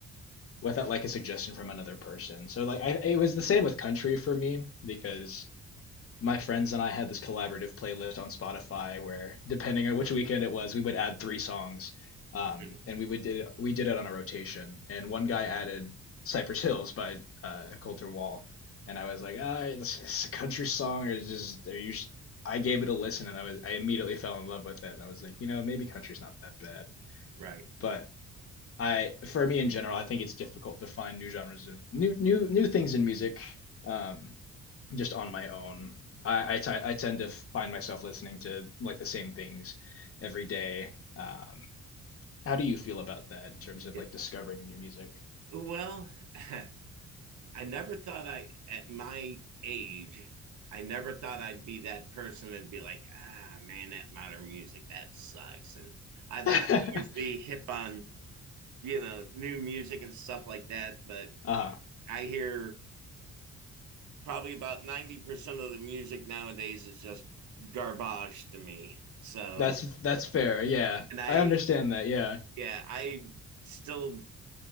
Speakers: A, on the left; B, on the right.
A: without like a suggestion from another person. So like I it was the same with country for me because my friends and I had this collaborative playlist on Spotify where depending on which weekend it was, we would add three songs. Um,
B: Mm-hmm.
A: and we would did we did it on a rotation. And one guy added Cypress Hills by uh, Coulter Wall, and I was like, ah, it's, it's a country song, or just are you? I gave it a listen, and I was I immediately fell in love with it, and I was like, you know, maybe country's not that bad.
B: Right.
A: But I for me in general, I think it's difficult to find new genres of new new new things in music um just on my own. I I t I tend to find myself listening to like the same things every day. Um how do you feel about that in terms of
B: Yeah.
A: like discovering new music?
B: Well, <laughs> I never thought I at my age, I never thought I'd be that person and be like, ah man, that modern music, that sucks. And I thought
A: <laughs>
B: I'd always be hip on you know, new music and stuff like that. But
A: Uh-huh.
B: I hear probably about 90% of the music nowadays is just garbage to me. So,
A: That's that's fair. Yeah.
B: and I,
A: I understand that. Yeah.
B: yeah, I still,